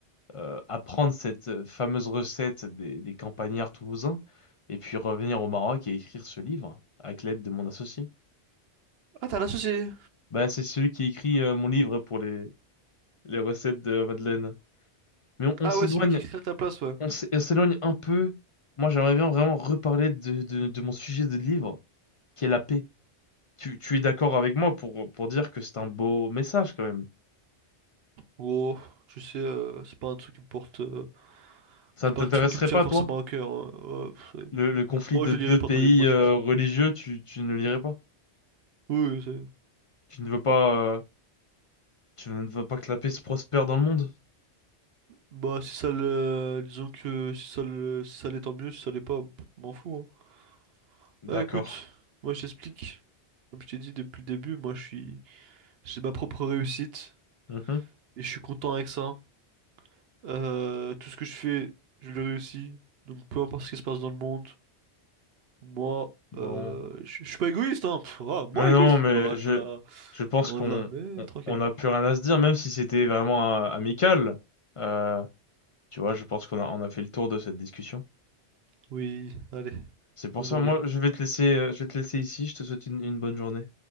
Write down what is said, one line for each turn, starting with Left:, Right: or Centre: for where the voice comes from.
Left: euh, apprendre cette euh, fameuse recette des, des campagnards toulousains, et puis revenir au Maroc et écrire ce livre avec l'aide de mon associé.
Right: Ah, t'as un associé.
Left: Bah, c'est celui qui écrit euh, mon livre pour les, les recettes de la Madeleine. Mais on, on
Right: Ah
Left: s'éloigne,
Right: ouais, c'est lui qui crée à ta place, ouais.
Left: on s'é- on s'éloigne un peu. Moi, j'aimerais bien vraiment reparler de, de, de mon sujet de livre, qui est la paix. Tu, tu es d'accord avec moi pour, pour dire que c'est un beau message quand même.
Right: Oh, tu sais, euh, c'est pas un truc qui me porte. euh,
Left: Ça
Right: c'est
Left: ne
Right: pas
Left: t'intéresserait
Right: un truc qui me tient
Left: pas,
Right: forcément
Left: toi?
Right: à cœur. hein. Ouais, pff, c'est-
Left: Le, le conflit
Right: moi,
Left: de
Right: je
Left: deux
Right: le lirai pas
Left: pays
Right: ton livre, moi
Left: euh,
Right: je te le dis.
Left: religieux, tu, tu ne lirais pas?
Right: Oui, oui, c'est.
Left: Tu ne veux pas, euh, tu ne veux pas que la paix se prospère dans le monde?
Right: Bah, si ça le. Disons que si ça le... si ça l'est, tant mieux, si ça l'est pas, pff, m'en fous, hein.
Left: D'accord.
Right: Bah écoute, moi je t'explique. Comme je t'ai dit depuis le début, moi je suis, j'ai ma propre réussite
Left: Mhm.
Right: et je suis content avec ça. Euh, tout ce que je fais, je le réussis. Donc peu importe ce qui se passe dans le monde, moi,
Left: Bon.
Right: euh, je je suis pas égoïste, hein. Pff, ah, moi
Left: Mais
Right: égoïste,
Left: non, mais
Right: loin
Left: je,
Right: de là,
Left: je pense
Right: loin
Left: qu'on
Right: de là, mais
Left: on,
Right: tranquille.
Left: on a plus rien à se dire, même si c'était vraiment euh, amical. Euh, tu vois, je pense qu'on a, on a fait le tour de cette discussion.
Right: Oui, allez,
Left: C'est pour
Right: bonne
Left: ça,
Right: journée.
Left: moi, je vais te laisser, euh, je vais te laisser ici. Je te souhaite une une bonne journée.